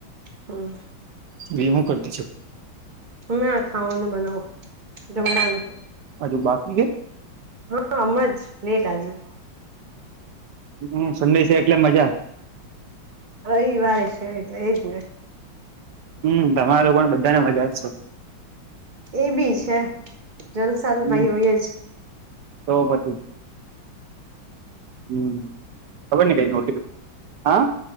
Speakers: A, on the right; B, on the right.
A: હમ
B: એ હું કરતી છું?
A: અમે આ ખાવાનું બનાવું જમવાનું.
B: હજુ બાકી છે
A: હામજ નેટ આજુ તો.
B: હમ સંડેશ છે એટલે મજા.
A: રવિવાર છે એટલે એજ ને.
B: હમ તમારો પણ બધાને મજા જ છે.
A: એ બી છે, જલસાદ
B: હમ
A: ભાઈ હોય જ.
B: તો પછી, હમ. ખબર નહીં ગઈ <unintelligible> હા.